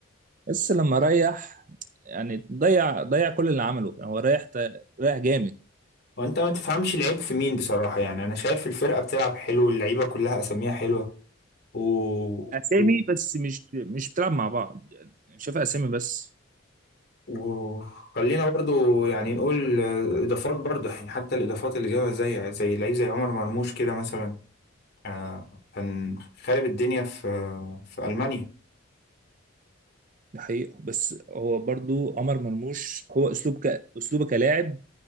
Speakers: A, on the right; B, on the left.
A: بس لما ريح يعني ضيع ضيع كل اللي عمله يعني هو رايح ت- رايح جامد
B: <laughs> وانت ما تفهمش العيب في مين بصراحة يعني انا شايف الفرقة بتلعب حلو اللعيبة كلها اساميها حلوة و...
A: اسامي
B: و...
A: بس مش مش بتلعب مع بعض يعني شايف اسامي بس
B: وخلينا برضو يعني نقول آه، اضافات برضو يعني حتى الاضافات اللي جابها زي زي لعيب زي عمر مرموش كده مثلا آه، كان خارب الدنيا في في ألمانيا
A: دي حقيقة بس هو برضو عمر مرموش هو اسلوب ك... اسلوبه كلاعب